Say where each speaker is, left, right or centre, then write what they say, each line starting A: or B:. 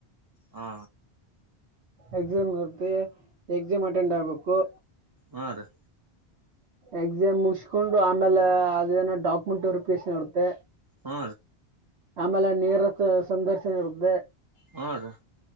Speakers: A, on the right; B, on the right.
A: ಹಾ
B: ಎಕ್ಸಾಮ್ ಹರ್ತ್ತ ಎಕ್ಸಾಮ್ ಅಟೆಂಡ್ ಆಬೇಕು
A: ಹಾ ರೀ <unintelligible>
B: ಎಕ್ಸಾಮ್ ಮುಗಿಸ್ಕೊಂಡು ಆಮೇಲೆ ಅದೇನೋ ಡಾಕ್ಯುಮೆಂಟ್ ವೆರಿಫಿಕೇಶನ್ ಇರುತ್ತೆ
A: ಹ್ಮ
B: ಆಮೇಲೆ ನೇರ ಸ- ಸಂದರ್ಶನ ಇರುತ್ತೆ
A: ಹ್ಮ ರಿ